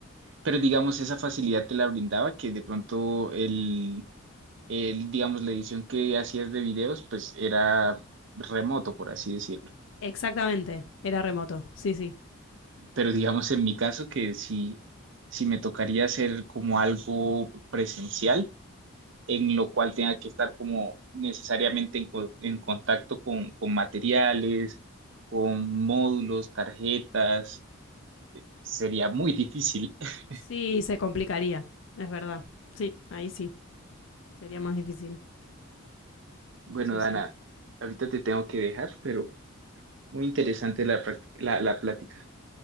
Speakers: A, on the right; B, on the left.
A: pero digamos, esa facilidad te la brindaba que de pronto el, el, digamos, la edición que hacías de videos, pues era remoto, por así decirlo.
B: exactamente, era remoto, sí, sí.
A: pero digamos en mi caso que sí, sí me tocaría hacer como algo presencial, en lo cual tenga que estar como necesariamente en, co- en contacto con, con materiales, con módulos, tarjetas, sería muy difícil. <laughs>
B: Sí, se complicaría, es verdad. Sí, ahí sí, sería más difícil.
A: Bueno,
B: Sí,
A: Dana,
B: sí.
A: ahorita te tengo que dejar, pero muy interesante la, práct- la, la plática.